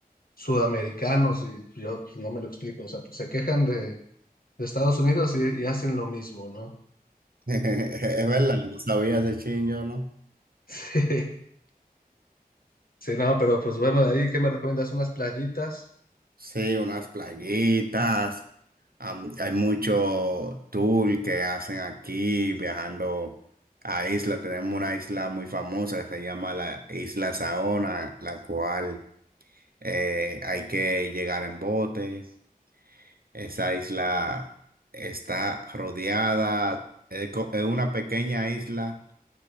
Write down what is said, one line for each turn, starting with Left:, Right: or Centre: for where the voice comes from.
Left: sudamericanos y yo pues, no me lo explico, o sea, pues, se quejan de, de Estados Unidos y, y hacen lo mismo, ¿no?
Right: <laughs> Es verdad, no sabía ese chingo, ¿no?
Left: <laughs> Sí, sí, no, pero pues bueno, ahí que me recomiendas unas playitas.
Right: Sí, unas playitas. am- hay mucho tour que hacen aquí viajando a isla. Tenemos una isla muy famosa que se llama la Isla Saona, la cual eh, hay que llegar en bote. Esa isla está rodeada, es co- es una pequeña isla